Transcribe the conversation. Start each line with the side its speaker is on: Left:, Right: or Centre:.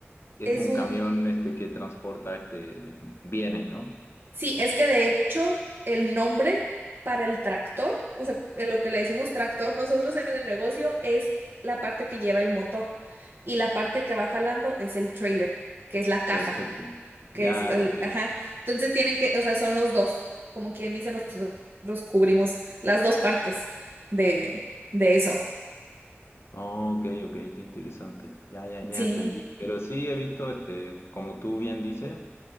Left: es
Right: es
Left: un
Right: un
Left: camión este que transporta este bienes, ¿no?
Right: Sí, es que de hecho el nombre para el tractor, o sea, en lo que le decimos tractor nosotros en el negocio es la parte que lleva el motor y la parte que va jalando es el trailer, que es la caja,
Left: Perfecto. Ya,
Right: que es el,
Left: ok.
Right: ajá. Entonces tienen que, o sea, son los dos, como quien dice, nosotros cubrimos las dos partes de, de eso.
Left: Oh, ok, ok, está interesante. Ya, ya, ya
Right: Sí.
Left: entendí. Pero sí he visto este, como tú bien dices,